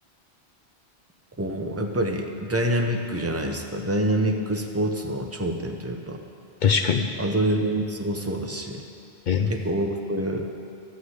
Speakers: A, on the right (about 15°); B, on the left (about 55°).
A: こう、やっぱりダイナミックじゃないですか。ダイナミックスポーツの頂点というか、
B: 確かに。
A: アドレナリンすごそうだし、
B: え
A: 結構僕そういう